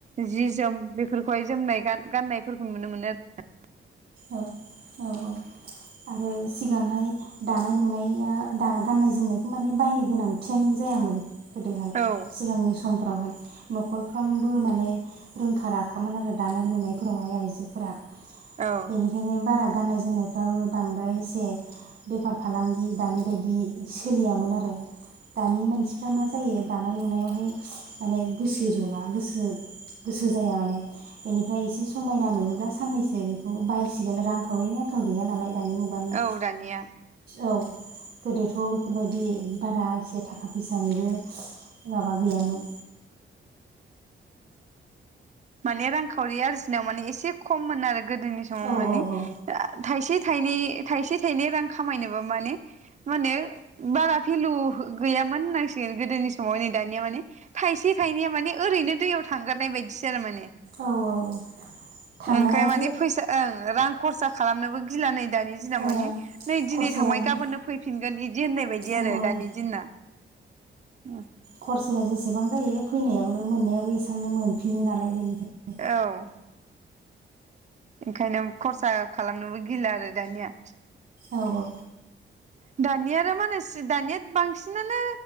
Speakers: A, on the right; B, on the right.
A: जि जोम बेफोरखौहाय जोमनाय गा-गाननायफोरखौ नुनो मोनो आरोना।
B: औ औ औ आरो सिगांहाय दानाय लुनाया दाना गाननाय जोमनायखौ माने बायनो गोनांथियानो जायामोन। गोदोहाय
A: आरो
B: सिगांनि समफ्रावहाय न'खरफ्रामबो माने रोंखा राखामोन आरो दानाय लुनायफोरावहाय आइजोफोरा।
A: औ
B: बेनिखायनो बारा गाननाय जोमनायफ्राबो बांद्राय एसे बेफार फालांगि दानि बायदि सोलियामोन आरो दानि मानसिफ्रा मा जायो दानाय लुनायावहाय माने गोसो जला गोसो गोसो जाया माने। बेनिफ्राय एसे समायना नुयोब्ला साननैसो खौ बायसिगोन रांखावरिनि आंखाल गैया नालाय। दानि मुगानि
A: औ दानिया
B: औ गोदोथ' बेफोरबायदि बारा एसे थाखा फैसानिबो माबा गैयामोन।
A: माने रांखावरि आरजिनायाव माने एसे खममोन आरो। गोदोनि समाव
B: औ
A: माने
B: औ औ
A: थाइसे थायनै थायसे थायनै रां खामायनोबा माने माने बारा भेलु गैयामोन होननांसिगोन गोदोनि समाव नै दानिया माने थायसे थाइनैया माने ओरैनो दैयाव थांगारनाय बायदि। सो माने।
B: औ औ औ थांनायाबो
A: ओंखाय माने फैसा ओं रां खरसा खालामनोबो गिला नै दानि दिनाव
B: ओ
A: माने नै दिनै
B: खरसायाबो
A: थांबाय गाबोननो फैफिनगोन इदि होननाय बायदि
B: औ
A: आरो
B: औ
A: दानि दिना। उम।
B: खरसाया जेसेबां जायो फैनायाबो मोननायाबो एसेबांनो मोनफिनो नालाय बेनिखाय
A: औ। ओंखायनो खरसा खालामनोबो गिला आरो दानिया।
B: औ औ।
A: दानिया आरो मा होनो दानिया बांसिनानो